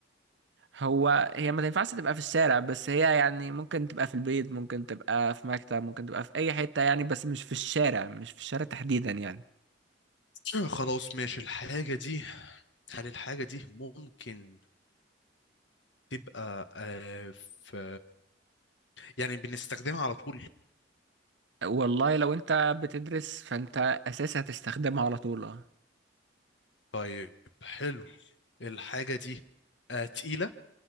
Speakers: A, on the right; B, on the left.
A: هو هي ما تنفعش تبقى في الشارع بس هي يعني ممكن تبقى في البيت ممكن تبقى في مكتب ممكن تبقى في اي حته يعني بس مش في الشارع مش في الشارع تحديدا يعني
B: <clears throat> آه، خلاص ماشي الحاجة دي هل الحاجة دي ممكن تبقى آه، في يعني بنستخدمها على طول
A: والله لو انت بتدرس فانت اساسي هتستخدمها على طول اه
B: طيب حلو الحاجة دي آه تقيلة